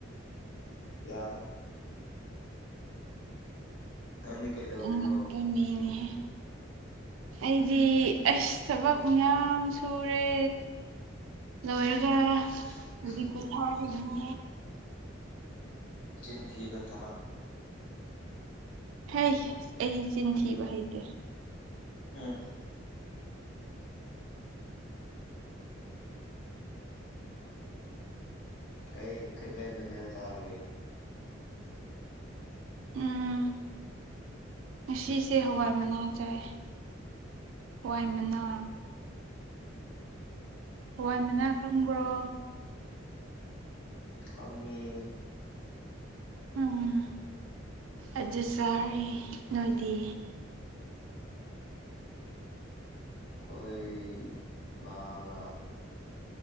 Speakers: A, on the left; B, on the right.
A: ꯌꯥꯏ ꯅꯪꯗꯤ ꯀꯩꯗꯧꯔꯤꯅꯣ
B: ꯎꯝ ꯑꯦꯝ ꯃꯦ ꯅꯤ ꯍꯦ ꯑꯩꯗꯤ ꯑꯩꯁ ꯊꯕꯛ ꯌꯥꯝ ꯁꯨꯔꯦ ꯂꯣꯏꯔꯒ
A: ꯑꯥꯁ
B: ꯖꯤ ꯀꯊꯥ ꯅꯦ
A: ꯆꯤꯟ ꯊꯤꯕ ꯊꯕꯛ
B: ꯍ ꯑꯩ ꯆꯤꯟꯊꯤꯕ ꯍꯥꯏꯩꯗꯤꯦ
A: ꯑ ꯀꯩ ꯀꯩꯀꯩ ꯃꯊꯦꯜ ꯆꯥꯔꯒꯦ <inaudible>
B: ꯎꯝ ꯉꯁꯤꯁꯦ ꯍꯋꯥꯏ ꯃꯅꯥ ꯆꯥꯏ ꯍꯋꯥꯏ ꯃꯅꯥ ꯍꯋꯥꯏ ꯃꯅꯥ ꯈꯪꯕ꯭ꯔꯣ
A: ꯈꯪꯉꯦ
B: ꯎꯝ ꯑꯗꯨ ꯆꯥꯔꯦ ꯅꯣꯏꯗꯤ
A: ꯈꯣꯏ ꯉꯥꯒ